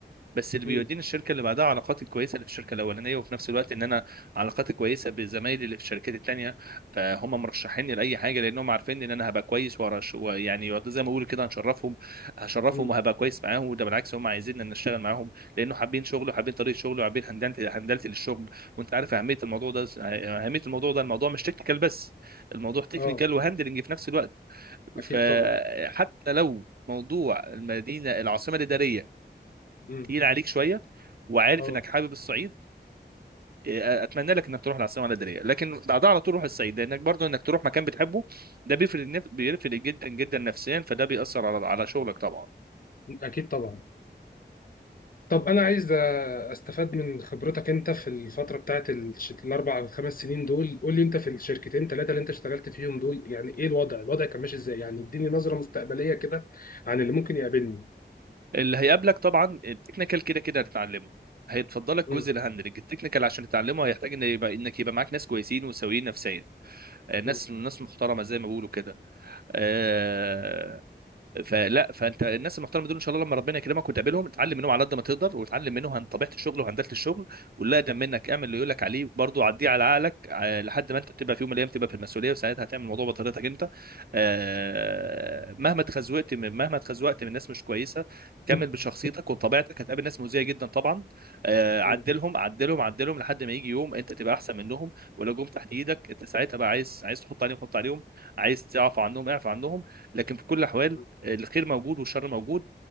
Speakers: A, on the right (about 60°); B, on the left (about 50°).
A: بس اللي بيوديني
B: امم
A: الشركه اللي بعدها علاقاتي الكويسه اللي في الشركه الاولانيه وفي نفس الوقت ان انا علاقاتي كويسه بزمايلي اللي في الشركات التانيه فهم مرشحيني لاي حاجه لانهم عارفين ان انا هبقى كويس وأرش- ويعني يقعدوا زي ما بقول كده هنشرفهم هشرفهم
B: امم
A: وهبقى كويس معاهم وده بالعكس هم عايزين ان نشتغل معاهم لانه حابين شغله وحابين طريقه شغله وحابين هندلتي هندلتي للشغل وانت عارف اهميه الموضوع ده اهميه الموضوع ده الموضوع مش تكنيكال بس الموضوع تكنيكال
B: اه
A: وهندلنج في نفس الوقت
B: اكيد
A: فحتى
B: طبعا
A: لو موضوع المدينه العاصمه الاداريه
B: امم
A: تقيل عليك شويه وعارف
B: اه
A: انك حابب الصعيد إيه، اتمنى لك انك تروح العاصمه الاداريه لكن بعدها على طول روح الصعيد لانك برضو انك تروح مكان بتحبه ده بيفرق النف- بيفرق جدا جدا نفسيا فده بيأثر على على شغلك طبعا
B: اكيد طبعا طب انا عايز آه، استفاد من خبرتك انت في الفتره بتاعت الش- الاربع او خمس سنين دول قول لي انت في الشركتين ثلاثه اللي انت اشتغلت فيهم دول يعني ايه الوضع الوضع كان ماشي ازاي يعني اديني نظره مستقبليه كده عن اللي ممكن يقابلني
A: اللي هيقابلك طبعا التكنيكال كده كده هتتعلمه هيتفضلك
B: امم
A: جزء الهاندلنج التكنيكال عشان تتعلمه هيحتاج ان يبقى انك يبقى معاك ناس كويسين وسويين نفسيا آه، ناس
B: امم
A: ناس محترمه زي ما بيقولوا كده آه، فلا فانت الناس المحترمه دول ان شاء الله لما ربنا يكرمك وتقابلهم اتعلم منهم على قد ما تقدر وتعلم منهم عن طبيعه الشغل وهندله الشغل واللي اقدم منك اعمل اللي يقول لك عليه برضه عديه على عقلك آه، لحد ما انت تبقى في يوم من الايام تبقى في المسؤوليه وساعتها هتعمل الموضوع بطريقتك انت آه، مهما اتخزوقت من مهما اتخزوقت من ناس مش كويسه كمل
B: <laughs>
A: بشخصيتك وبطبيعتك هتقابل ناس مؤذيه جدا طبعا آه، عدلهم
B: امم
A: عدلهم عدلهم لحد ما يجي يوم انت تبقى احسن منهم ولو جم تحت ايدك انت ساعتها بقى عايز عايز تحط عليهم حط عليهم عايز تعفو عنهم اعفو عنهم لكن في كل الاحوال
B: أمم.
A: الخير موجود والشر موجود